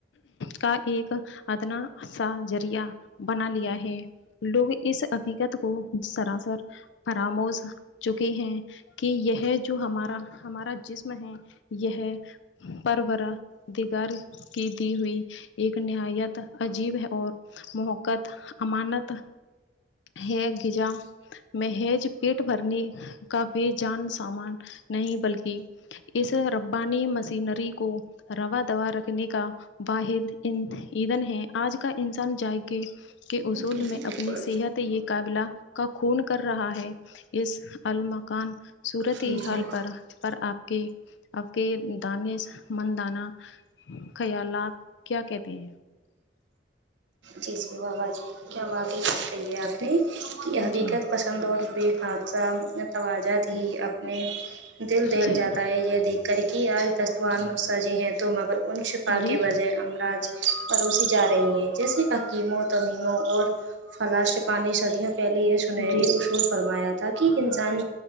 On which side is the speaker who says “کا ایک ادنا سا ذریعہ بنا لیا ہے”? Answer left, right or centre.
Left